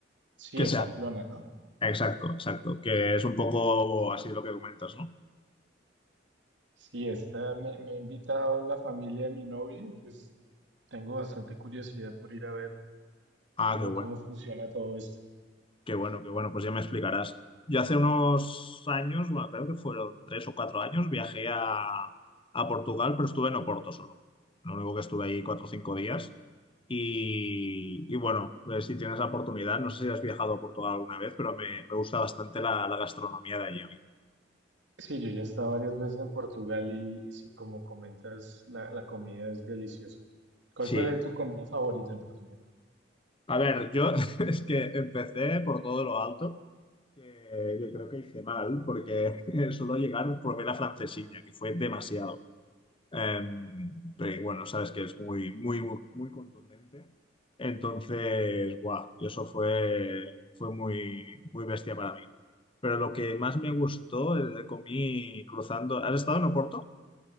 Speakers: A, on the right (about 70°); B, on the left (about 30°).
A: Sí,
B: Que
A: en
B: sea.
A: Pamplona, ¿no?
B: Exacto, exacto. Que es un poco así lo que comentas, ¿no?
A: Sí, esta me, me ha invitado la familia de mi novia y pues tengo bastante curiosidad por ir a ver
B: Ah,
A: cómo,
B: qué bueno,
A: cómo funciona todo esto.
B: qué bueno, qué bueno, pues ya me explicarás. Yo hace unos años, bueno, creo que fueron tres o cuatro años, viajé a, a Portugal, pero estuve en Oporto solo. Lo único que estuve ahí cuatro o cinco días. Y, y bueno, eh, si tienes la oportunidad, no sé si has viajado a Portugal alguna vez, pero me, me gusta bastante la, la gastronomía de allí a mí.
A: Sí, yo ya he estado varias veces en Portugal y, y sí, como comentas, la, la comida es deliciosa. ¿Cuál
B: Sí.
A: fue tu comida favorita en Portugal?
B: A ver, yo <laughs> es que empecé por todo lo alto, que, que creo que hice mal, porque <laughs> solo llegar probé la francesiña, que fue demasiado. Em, pero bueno, sabes que es muy, muy, muy contundente. Entonces, guau, y eso fue, fue muy, muy bestia para mí. Pero lo que más me gustó, eh, comí cruzando. ¿Has estado en Oporto?